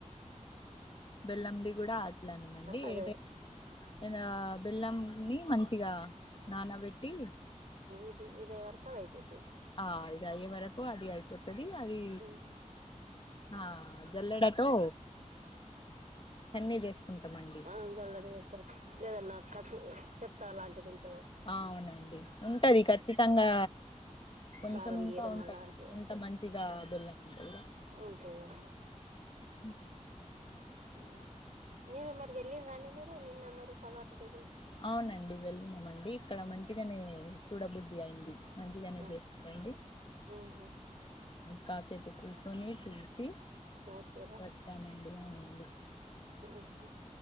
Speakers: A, on the left; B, on the right.
A: బెల్లంది కూడా అట్లానేనండి
B: అదే
A: ఏదై ఏదైనా బెల్లంన్ని మంచిగా నానా పెట్టి
B: ఇది ఇది అయ్యే వరకు అది అయిపోతది
A: ఆ ఇది అయ్యేవరకు అది అయిపోతుది అది
B: ఉమ్
A: ఆ జల్లెడతో చన్ని చేసుకుంటామండి.
B: అ జల్లెడ చేసుకో తర్త ఏదన్నా కసు చెత్త లాంటిది ఉంటుంది
A: అవునండి ఉంటది ఖచ్చితంగా కొంచెం
B: దారం
A: ఇంకా
B: గీరం
A: ఉంటాయి
B: అలాంటి
A: ఎంత మంచిగా బిళ్ళకి బల
B: ఉంటదని
A: అ
B: ఆ మీరు మరి వెళ్ళిన నాని మీరు నిన్న మరి సవార దగ ఉ
A: అవునండి వెళ్ళినామండి ఇక్కడ మంచిగానే చూడబుద్ధ అయింది మంచిగానే
B: ఆహా
A: చేూస్తారండి
B: ఆహా
A: కాసేపు కూర్చొని చూస్త
B: వచ్చిర్రా
A: వస్తానండి అవునండి
B: ఆహ